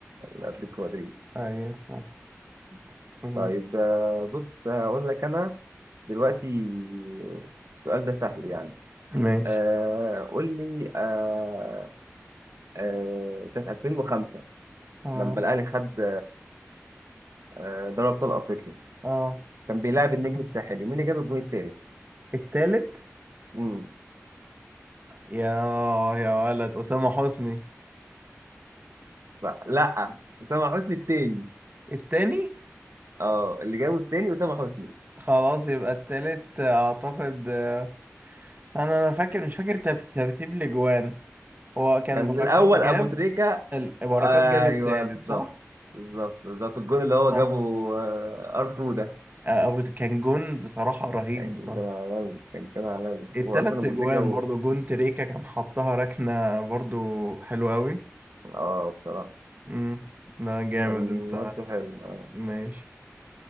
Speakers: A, on the right; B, on the right.
A: لاتلتيكو مدريد
B: أيوة صح ماشي
A: طيب آه، بص هقول لك انا دلوقتي السؤال ده سهل يعني
B: ماشي
A: آه قول لي آه، آه، سنة 2005
B: تمام
A: لما الأهلي خد آه، دوري أبطال أفريقيا
B: اه
A: كان بيلاعب النجم الساحلي مين اللي جاب الجون التالت؟
B: التالت
A: مم.
B: يا يا ولد أسامة حسني
A: لا لا أسامة حسني التاني
B: التاني
A: اه اللي جابه التاني أسامة حسني
B: خلاص يبقى التالت أعتقد آه، استنى أنا فاكر مش فاكر تب- ترتيب الأجوان هو كان
A: كان
B: بركات
A: الأول
B: جاب
A: أبو تريكة
B: ال- بركات
A: أيوه
B: جاب التالت
A: بالظبط
B: صح؟
A: بالظبط بالظبط الجون اللي هو
B: صح
A: جابه آه، ار 2 ده
B: آه، أو كان جون بصراحة رهيب
A: كان
B: بصراحة
A: كان عالمي كان كان عالمي
B: التلات
A: هو أصلا أبو
B: أجوان
A: تريكة و...
B: برضو جون تريكا كان حطها ركنة برضو حلوة أوي
A: اه بصراحة
B: مم، ده جامد
A: كان
B: أنت
A: ماتش حلو آه.
B: ماشي